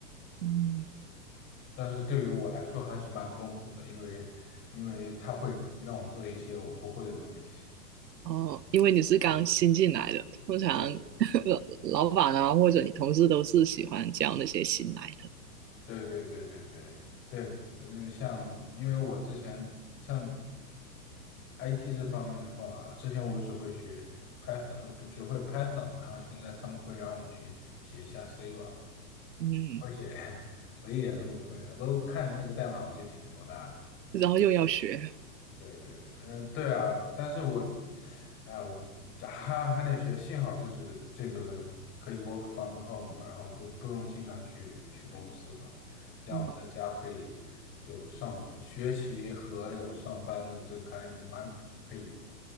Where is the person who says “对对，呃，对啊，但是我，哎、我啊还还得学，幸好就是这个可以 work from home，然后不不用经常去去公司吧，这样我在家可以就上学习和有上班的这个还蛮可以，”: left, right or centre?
Left